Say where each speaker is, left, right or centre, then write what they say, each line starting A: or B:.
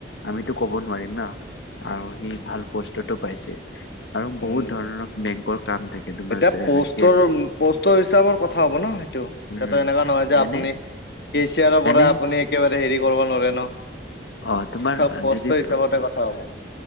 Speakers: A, on the left; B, on the left.
A: আমিতো কব নোৱাৰিম ন আৰু সি ভাল বস্তুতটো পাইছে আৰু
B: উম
A: বহুত ধৰণৰ বেংকৰ কাম থাকে তোমাৰ
B: এতিয়া পষ্টৰ
A: কেচ
B: পষ্টৰ হিচাপৰ কথা হব ন সেইটো
A: উম
B: এতিয়া এনেকুৱা নহয় যে আপুনি,
A: এনে
B: কে চিয়াৰৰ পৰা
A: এনে
B: আপুনি একেবাৰে হেৰি কৰিব নোৱাৰে ন
A: অ তোমাৰ
B: চব প্ৰস্ত
A: যদি
B: হিচাপতে কথা হব